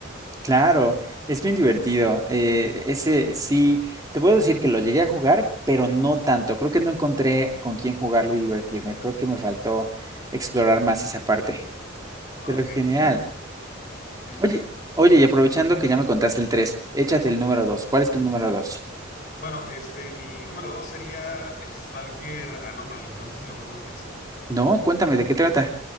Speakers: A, on the right (about 20°); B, on the left (about 40°).
A: Claro, es bien divertido. Eh, ese sí, te puedo decir que lo llegué a jugar, pero no tanto. Creo que no encontré con quién jugarlo y divertirme. Creo que me faltó explorar más esa parte.
B: Ah,
A: Pero
B: ok.
A: genial.
B: Sí, sí, sí,
A: Oye,
B: sí.
A: oye, y aprovechando que ya me contaste el 3, échate el número 2. ¿Cuál es tu número 2?
B: Bueno, este, mi número dos sería Stalker Anomaly, no sé si lo conozcas.
A: No, cuéntame, ¿de qué trata?